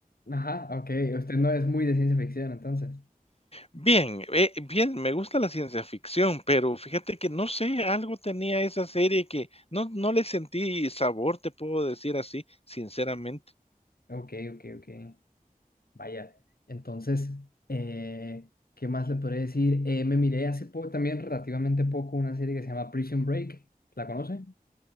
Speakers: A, on the left; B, on the left.
A: ajá, ok. Usted no es muy de ciencia ficción, entonces.
B: Bien, eh, bien, me gusta la ciencia ficción, pero fíjate que no sé, algo tenía esa serie que no, no le sentí sabor, te puedo decir así, sinceramente.
A: Ok, ok, ok. Vaya, entonces, eh, ¿qué más le podría decir? Eh, me miré hace poco, también relativamente poco, una serie que se llama Prison Break. ¿La conoce?